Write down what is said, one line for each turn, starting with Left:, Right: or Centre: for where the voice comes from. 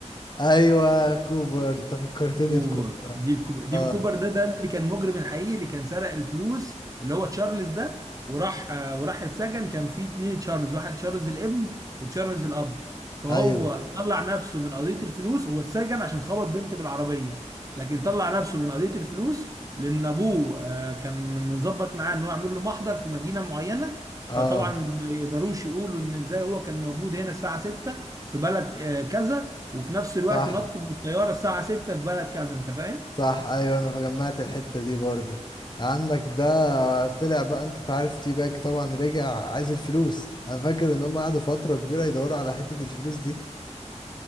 Left: ايوه كوبر تفكرتني
Right: كوبر
Left: في كوبر
Right: ديب كوبر ديب
Left: اه
Right: كوبر ده ده اللي كان مجرم الحقيقي اللي كان سرق الفلوس اللي هو تشارلز ده وراح آه، وراح اتسجن كان في اتنين تشارلز واحد تشارلز الابن وتشارلز الاب فهو
Left: ايوه
Right: طلع نفسه من قضية الفلوس هو اتسجن عشان خبط بنت بالعربية لكن طلع نفسه من قضية الفلوس لأن أبوه آه، كان مظبط معاه إن هو يعمل له محضر في مدينة معينة فطبعا
Left: اه
Right: ما يقدروش يقولوا إن إزاي هو كان موجود هنا الساعة 6 في بلد آه، كذا وفي نفس الوقت
Left: صح
Right: نط من الطياره الساعه 6 في بلد كذا انت فاهم؟
Left: صح ايوه انا فجمعت الحته دي برضو عندك ده طلع بقى انت تعرف تي باك طبعا رجع عايز الفلوس انا فاكر ان هم قعدوا فتره كبيره يدوروا على حته الفلوس دي